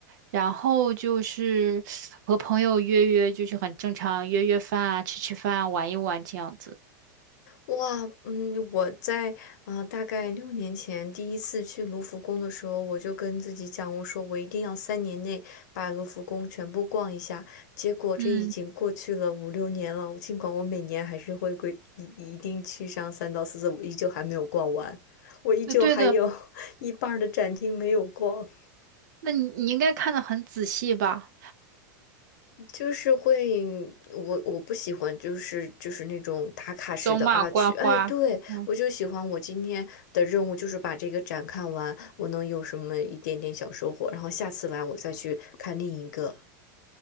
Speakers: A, on the right; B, on the left.
A: 然后就是和朋友约约，就是很正常，约约饭啊，吃吃饭啊，玩一玩这样子。
B: 哇，嗯，我在呃大概六年前第一次去卢浮宫的时候，我就跟自己讲，我说我一定要三年内把卢浮宫全部逛一下。结果这已经过去了五六年了，
A: 嗯，
B: 尽管我每年还是会规一一定去上三到四次，我依旧还没有逛完，我依旧还有
A: 那对的，
B: <laughs> 一半儿的展厅没有逛。
A: 那你你应该看得很仔细吧？
B: 就是会，我我不喜欢，就是就是那种打卡式的啊，
A: 走马观花。
B: 去，哎，对，
A: 嗯。
B: 我就喜欢我今天的任务就是把这个展看完，我能有什么一点点小收获，然后下次来我再去看另一个。